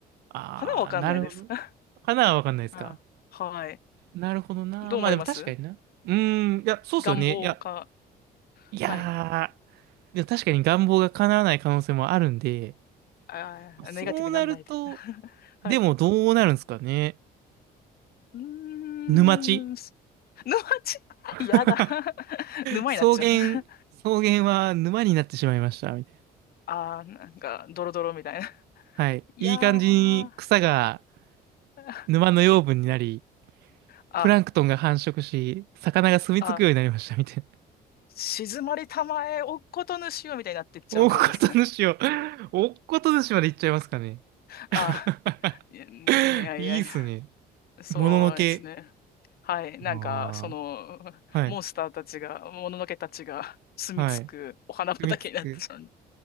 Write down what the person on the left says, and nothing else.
花はわかんないです。
<laughs>
あ、はい。
どう思います
願望か。
はい。
あー、
ネガティブになんないで。<laughs> はい。
うーん、
す沼地、<laughs> やだ。
<laughs> 沼になっちゃう。
<laughs>
あー、なんか、ドロドロみたいな。
いやー、
<laughs>
あ、
あ、
静まりたまえ、おっことぬしよみたいになってっちゃうってことですね。
あー、いやね、ね、いやいやいや。
そうですね。
はい。なんか、
その、
モンスターたちが、もののけたちが <laughs> 住み着くお花畑になっちゃうん